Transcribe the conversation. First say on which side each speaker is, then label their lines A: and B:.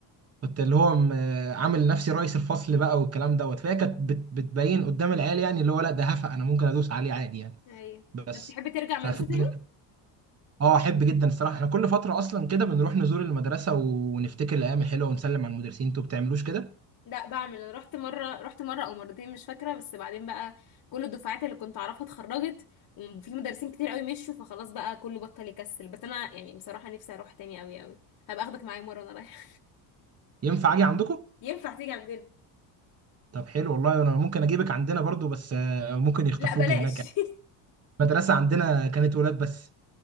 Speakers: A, on the right; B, on the left.
A: كنت اللي هو م- آه، عامل نفسي رئيس الفصل بقى والكلام دوت فهي كانت بت- بتبين قدام العيال يعني اللي هو لا ده هفا انا ممكن ادوس عليه عادي يعني
B: ايوه
A: بس
B: طب تحب ترجع
A: ففكرة
B: مدرسة تاني؟
A: اه احب جدا الصراحه احنا كل فتره اصلا كده بنروح نزور المدرسه ونفتكر الايام الحلوه ونسلم على المدرسين انتوا بتعملوش كده
B: لا بعمل أنا رحت مرة رحت مرة او مرتين مش فاكرة بس بعدين بقى كل الدفعات اللي كنت اعرفها اتخرجت وفي مدرسين كتير قوي مشوا فخلاص بقى كله بطل يكسل بس انا يعني بصراحة نفسي اروح تاني قوي قوي هبقى اخدك معايا مرة وانا رايحة
A: ينفع اجي عندكم
B: <laughs> ينفع تيجي عندنا
A: طب حلو والله انا ممكن اجيبك عندنا برضو بس آه، ممكن يخطفوك
B: لا بلاش
A: هناك يعني
B: <laughs>
A: المدرسه عندنا كانت ولاد بس